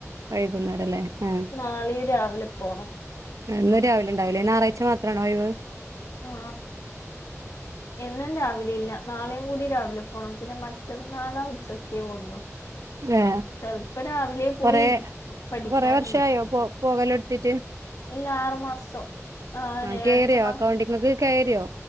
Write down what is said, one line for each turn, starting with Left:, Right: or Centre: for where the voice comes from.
Right: വൈകുന്നേരം അല്ലേ ആ
Left: നാളി രാവിലെ പോണം.
Right: എന്നും രാവിലെണ്ടാവില്ലേ ഞായറാഴ്ച മാത്രമാണോ ഒഴിവ്-
Left: ആ എന്നും രാവിലെ ഇല്ല നാളെയും കൂടി രാവിലെ- പോണം പിന്നെ മറ്റന്നാളാ ഉച്ചക്കേ പോണ്ടോ-
Right: ആ
Left: ചെലപ്പോ രാവിലെ പോയി
Right: കൊറേ
Left: ഇരിക്കും പഠിക്കാനുണ്ട്.
Right: കൊറെ വർഷായോ പോ പോകലെടുത്തിട്ട്
Left: ഇല്ല ആറു മാസം- ആനെ
Right: ആ കയറിയോ
Left: അടുത്ത മാസം
Right: അക്കൗണ്ടിങ്ങക്ക് കയറിയോ.